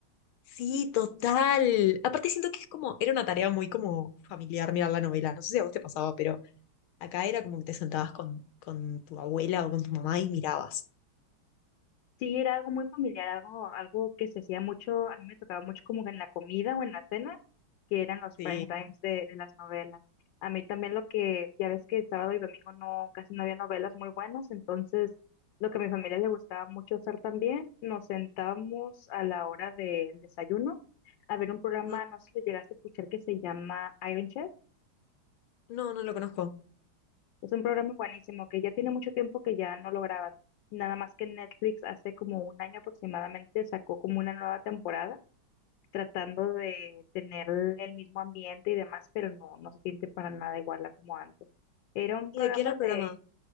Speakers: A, on the left (about 80°); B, on the left (about 70°).
A: Sí, total. Aparte siento que es como, era una tarea muy como familiar mirar la novela. No sé si a vos te pasaba, pero acá era como que te sentabas con, con tu abuela o con tu mamá y mirabas.
B: Sí, era algo muy familiar, algo, algo que se hacía mucho, a mí me tocaba mucho como en la comida o en la cena, que eran los
A: Sí.
B: prime times de, de las novelas. A mí también lo que, ya ves que sábado y domingo no, casi no había novelas muy buenas, entonces lo que a mi familia le gustaba mucho hacer también, nos sentábamos a la hora del desayuno a ver un programa,
A: Ajá.
B: no sé si lo llegaste a escuchar, que se llama Iron Chef.
A: No, no lo conozco.
B: Es un programa buenísimo que ya tiene mucho tiempo que ya no lo graban. Nada más que Netflix hace como un año aproximadamente sacó como una nueva temporada tratando de tener el mismo ambiente y demás, pero no, no se siente para nada igual a como antes. Era un
A: ¿Y
B: programa
A: de qué era el
B: de,
A: programa?